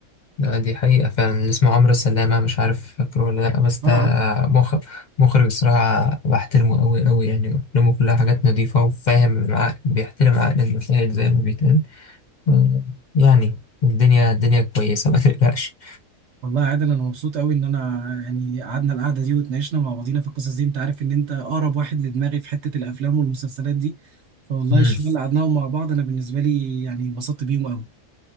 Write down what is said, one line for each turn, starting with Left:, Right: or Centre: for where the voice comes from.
Left: لا دي حقيقة فعلا اللي اسمه عمرو سلامة مش عارف فاكره ولا لأ بس ده
Right: اه
Left: مخ... مخرج الصراحة بحترمه أوي أوي يعني أفلامه كلها حاجات نظيفة وفاهم العقل بيحترم عقل المشاهد زي ما بيتقال آه، يعني الدنيا الدنيا كويسة ما تقلقش
Right: والله يا عادل انا مبسوط قوي ان انا يعني قعدنا القعده دي واتناقشنا مع بعضينا في القصص دي انت عارف ان انت اقرب واحد لدماغي في حته الافلام والمسلسلات دي فوالله
Left: امم
Right: الشباب اللي قعدناهم مع بعض انا بالنسبه لي يعني اتبسطت بيهم قوي